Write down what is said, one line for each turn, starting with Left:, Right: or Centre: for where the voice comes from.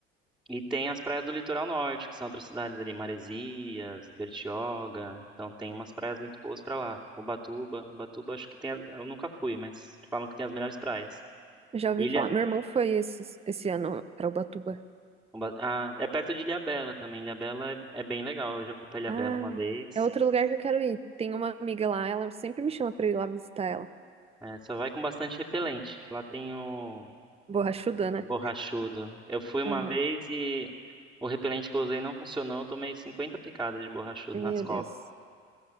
Centre: E tem as praias do litoral norte, que são outras cidades ali, Maresias, Bertioga. Então tem umas praias muito boas pra lá. Ubatuba, Ubatuba acho que tem, a- eu nunca fui, mas falam que tem as melhores praias.
Right: Já ouvi
Centre: Ilha,
Right: falar. Meu irmão foi esse, esse ano pra Ubatuba.
Centre: Uba- ah, é perto de Ilhabela também. Ilhabela é, é bem legal. Eu já fui pra Ilhabela
Right: Ah,
Centre: uma vez.
Right: é outro lugar que eu quero ir. Tem uma amiga lá, ela sempre me chama pra ir lá visitar ela.
Centre: É, só vai com bastante repelente, que lá tem o
Right: Borrachuda, né?
Centre: borrachudo. Eu fui uma
Right: Aham.
Centre: vez e o repelente que eu usei não funcionou. Eu tomei 50 picadas de borrachudo
Right: Meu
Centre: nas
Right: Deus.